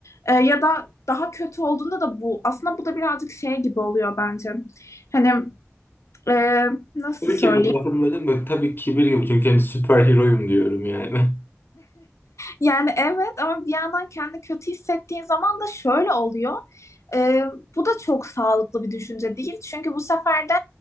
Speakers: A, on the left; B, on the left.
A: Ee, ya da daha kötü olduğunda da bu. Aslında bu da birazcık şey gibi oluyor bence. Hani e, nasıl
B: Tabii
A: söyleyeyim?
B: ki bu lafın böyle tabii kibir gibi çünkü hani süper heroyum diyorum yani.
A: Yani evet ama bir yandan kendi kötü hissettiğin zaman da şöyle oluyor. Ee, bu da çok sağlıklı bir düşünce değil. Çünkü bu sefer de